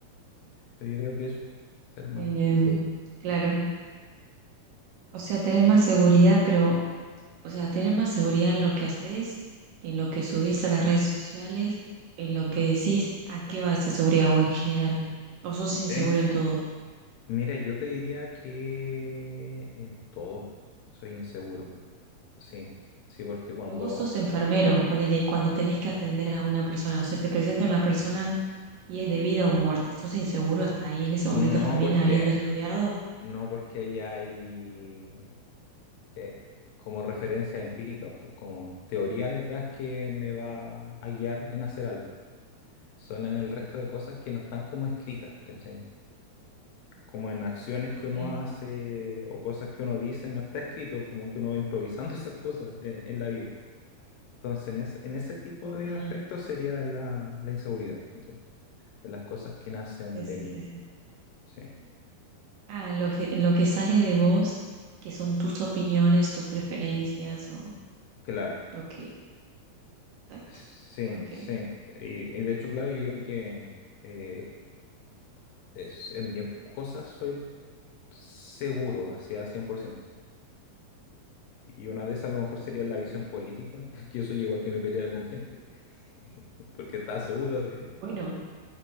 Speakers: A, on the left; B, on the right.
A: Pero yo creo que eso, ser más,
B: Em,
A: más seguro.
B: claro, o sea, tener más seguridad, pero, o sea, tener más seguridad en lo que haces, en lo que subís a las redes sociales, en lo que decís, ¿a qué va esa seguridad o en general? ¿O sos inseguro
A: En
B: en todo?
A: Mira, yo te diría que en todo soy inseguro. Sí, sí, porque cuando...
B: Pero vos sos enfermero, ponele, cuando tenés que atender a una persona, o sea, te presenta una persona y es de vida o muerte. ¿Sos inseguro hasta ahí en ese
A: No
B: momento también
A: porque,
B: habiendo estudiado?
A: no porque ahí hay eh, como referencia empírica, pu- como teoría detrás que me va a guiar en hacer algo. Son en el resto de cosas que no están como escritas, ¿cachai? Como en acciones que
B: Ok,
A: uno hace o cosas que uno dice, no está escrito, como que uno va improvisando <laughs> esas cosas en en la vida. Entonces, en, es- en ese tipo
B: ok,
A: de
B: sí,
A: aspectos sería la, la inseguridad, ¿cachai? De las cosas que nacen
B: sí,
A: de mí,
B: sí. sí.
A: ¿sí?
B: Ah, lo que, lo que sale de vos, que son tus opiniones, tus preferencias o
A: Claro,
B: lo que... Exacto.
A: sí,
B: Ok.
A: sí. Y, y de hecho, claro, yo creo que eh, es- en bien cosas soy seguro, hacia cien por ciento Y una de esas a lo mejor sería la visión política, <laughs> que eso llevó a que me peleara con gente, <laughs> porque estaba seguro de...
B: Bueno,